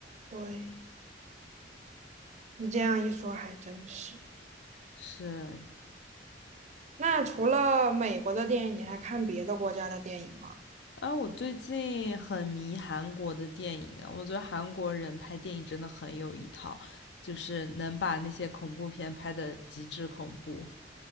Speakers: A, on the right; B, on the left.
A: 对，你这样一说还真是。
B: 是
A: 那除了美国的电影，你还看别的国家的电影吗？
B: 啊，我最近很迷韩国的电影啊，我觉得韩国人拍电影真的很有一套，就是能把那些恐怖片拍的极致恐怖。